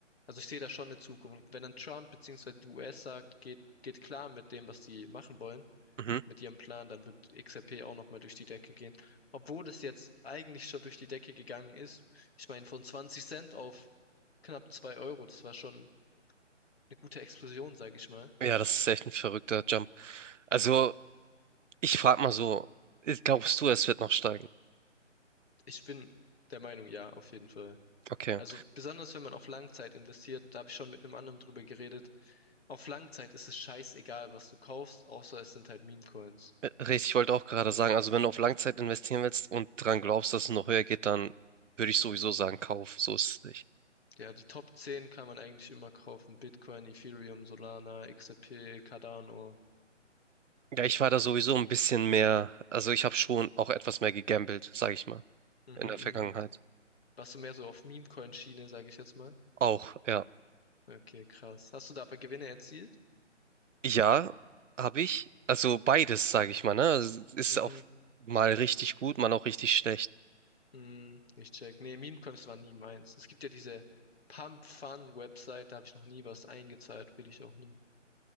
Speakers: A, on the left; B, on the right.
A: Also ich sehe da schon eine Zukunft. Wenn dann Trump beziehungsweise die US sagt, geht, geht klar mit dem, was die machen wollen,
B: mhm.
A: mit ihrem Plan, dann wird XRP auch nochmal durch die Decke gehen. Obwohl es jetzt eigentlich schon durch die Decke gegangen ist. Ich meine, von 20 Cent auf knapp 2 Euro, das war schon eine gute Explosion, sage ich mal.
B: Ja, das ist echt ein verrückter Jump. Also, ich frage mal so, äh, glaubst du, es wird noch steigen?
A: Ich bin der Meinung, ja, auf jeden Fall.
B: Okay.
A: Also besonders wenn man auf Langzeit investiert, da habe ich schon mit einem anderen drüber geredet. Auf Langzeit ist es scheißegal, was du kaufst, außer es sind halt Meme-Coins.
B: Äh, Richtig, ich wollte auch gerade sagen, also wenn du auf Langzeit investieren willst und dran glaubst, dass es noch höher geht, dann würde ich sowieso sagen, kauf, so ist es nicht.
A: Ja, die Top 10 kann man eigentlich immer kaufen. Bitcoin, Ethereum, Solana, XRP, Cardano.
B: Ja, ich war da sowieso ein bisschen mehr, also ich habe schon auch etwas mehr gegambelt, sage ich mal,
A: Mhm,
B: in der Vergangenheit.
A: mhm. Warst du mehr so auf Meme-Coin-Schiene, sage ich jetzt mal?
B: Auch, ja.
A: Okay, krass. Hast du da aber Gewinne erzielt?
B: Ja, habe ich. Also beides, sage ich mal, ne? Also Ist
A: Mhm,
B: auch mal richtig gut, mal auch richtig schlecht.
A: hm, ich check. Nee, Meme-Coins war nie meins. Es gibt ja diese Pump-Fun-Website, da habe ich noch nie was eingezahlt, will ich auch nie.